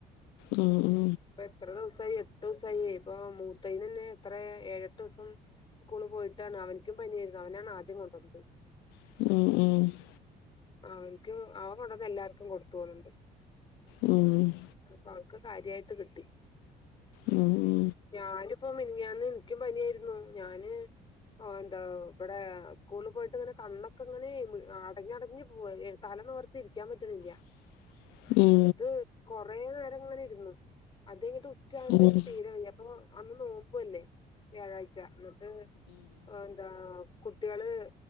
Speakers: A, on the left; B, on the left.
A: ഉം ഉം
B: പ്പ എത്ര ദിവസായി എട്ട് സായി ഇപ്പൊ മൂത്തേനന്നെ എത്ര ഏഴെട്ട് സം സ്കൂള് പോയിട്ടാണ് അവനിക്കും പനിയായിരുന്നു അവനാണ് ആദ്യം കൊണ്ടന്നത്.
A: <unintelligible>
B: അവൻക്ക് അവ കൊണ്ടന്ന് എല്ലാർക്കും കൊടുത്തു തോന്ന്ണ്ട്.
A: ഉം
B: അപ്പ അവൾക്ക് കാര്യായിട്ട് കിട്ടി
A: ഉം ഉം ഉം
B: ഞാനിപ്പോ മി ന് ഇനിക്കും പനിയായിരുന്നു ഞാന്. ഓഹ് എന്താ ഇബടെ സ്കൂള് പോയിട്ട് ഇങ്ങനെ കണ്ണൊക്കെ ങ്ങനെ അടഞ്ഞടഞ്ഞ് പോവ ഏഹ് തല നിവർ ത്തിരിക്കാൻ പറ്റണില്ല.
A: <inaudible> ഉം
B: എന്നിട്ട് കൊറേ നേരം ഇങ്ങനെ ഇരുന്നു അതഴിഞ്ഞിട്ട് ഉച്ചായപ്പ
A: ഉം ഉം ഉം ഉം
B: എനിക്ക് തീരെ വയ്യ. പ്പൊ അന്ന് നോമ്പുവല്ലേ വ്യാഴാഴ്ച ന്ന്ട്ട് ന്താ കുട്ട്യള്